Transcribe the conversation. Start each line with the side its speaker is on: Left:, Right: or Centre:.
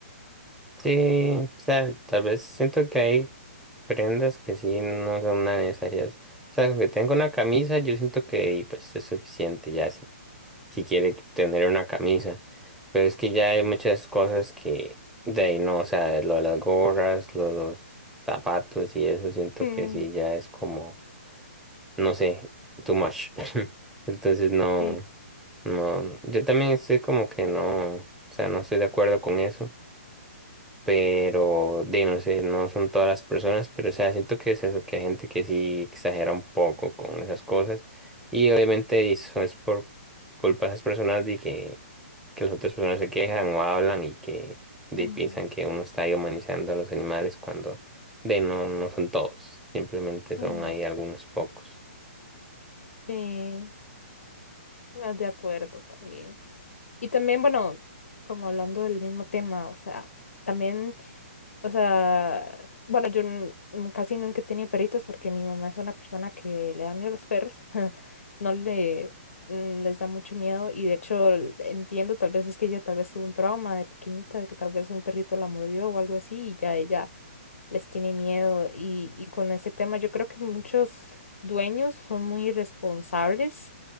Centre: Sí, o sea, tal vez siento que hay prendas que sí no son tan necesarias. O sea, con que tengo una camisa, yo siento que y, pues es suficiente, ya si si quiere tener una camisa. Pero es que ya hay muchas cosas que de ahí no, o sea, lo de las gorras, lo de los zapatos y eso, siento
Left: Mm,
Centre: que sí, ya es como, no sé, too much. <laughs> Entonces no,
Left: Sí,
Centre: no, yo también estoy como que no, o sea, no estoy de acuerdo con eso. Pero, de no sé, no son todas las personas, pero o sea, siento que es eso, que hay gente que sí exagera un poco con esas cosas. Y obviamente eso es por culpa de esas personas de que que las otras personas se quejan o hablan y que de,
Left: mm,
Centre: piensan que uno está ahí humanizando a los animales cuando de no, no son todos, simplemente
Left: mm,
Centre: son ahí algunos pocos.
Left: sí, ah, de acuerdo también. Y también, bueno, como hablando del mismo tema, o sea, también, o sea, bueno, yo n- n- casi nunca he tenido perritos porque mi mamá es una persona que le da miedo a los perros, <laughs> no le mm, les da mucho miedo y de hecho l- entiendo, tal vez es que ella tal vez tuvo un trauma de pequeñita, de que tal vez un perrito la mordió o algo así y ya ella les tiene miedo y, y con ese tema yo creo que muchos dueños son muy irresponsables